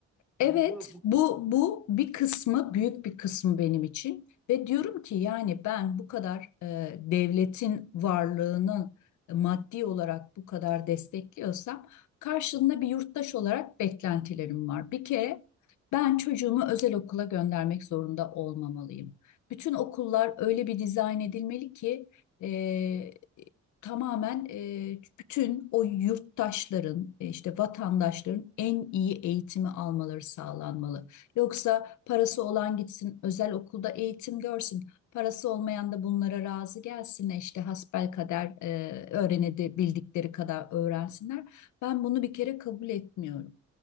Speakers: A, on the left (about 75°); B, in the centre.
A: Evet,
B: Bu, bu, bu-
A: bu bu bir kısmı büyük bir kısmı benim için ve diyorum ki yani ben bu kadar e, devletin varlığını e, maddi olarak bu kadar destekliyorsam karşılığında bir yurttaş olarak beklentilerim var. Bir kere ben çocuğumu özel okula göndermek zorunda olmamalıyım. Bütün okullar öyle bir dizayn edilmeli ki e, tamamen e, bütün o yurttaşların e, işte vatandaşların en iyi eğitimi almaları sağlanmalı. Yoksa parası olan gitsin özel okulda eğitim görsün. Parası olmayan da bunlara razı gelsin işte hasbelkader e, öğrenedi bildikleri kadar öğrensinler. Ben bunu bir kere kabul etmiyorum.